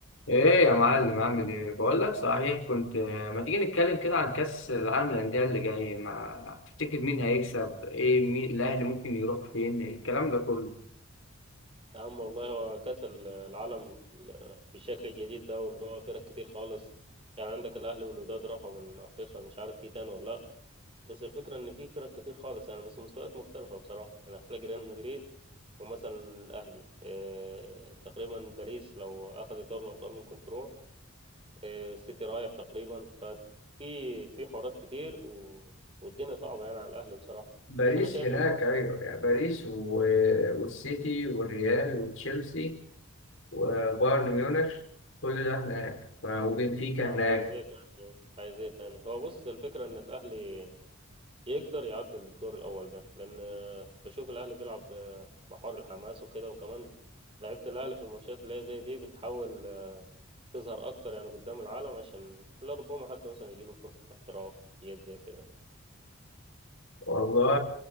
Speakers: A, on the left; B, on the right.
A: ايه يا معلم عامل ايه بقول لك صحيح كنت آه، ما تيجي نتكلم كده عن كأس العالم للأندية اللي جاي ما تفتكر مين هيكسب ايه مين الاهلي ممكن يروح فين الكلام ده كله
B: يا عم والله هو كأس العالم بالشكل الجديد ده واللي هو فرق كتير خالص يعني عندك الأهلي والوداد راحوا من أفريقيا مش عارف في تاني ولا لأ بس الفكرة إن في فرق كتير خالص يعني بس مستويات مختلفة بصراحة يعني هتلاقي ريال مدريد ومثلا الأهلي إيه تقريبا باريس لو أخد الدوري الأبطال ممكن تروح إيه السيتي رايح تقريبا ففي في حوارات كتير و... والدنيا صعبة يعني على الأهلي بصراحة
A: باريس
B: بس أنا شايف
A: هناك
B: إن
A: ايوه يعني باريس و... والسيتي والريال وتشيلسي وبايرن ميونخ كل ده هناك ف... وبنفيكا
B: يا عم
A: هناك
B: عايز إيه تاني عايز إيه تاني هو بص الفكرة إن الأهلي يقدر يعدي الدور الأول ده لأن آه، بشوف الأهلي بيلعب آه، بحر الحماس وكده وكمان لعيبة الأهلي في الماتشات اللي هي زي دي بتحاول آه، تظهر أكتر يعني قدام العالم عشان لا ربما حد مثلا يجيله فرصة احتراف حاجات زي كده
A: والله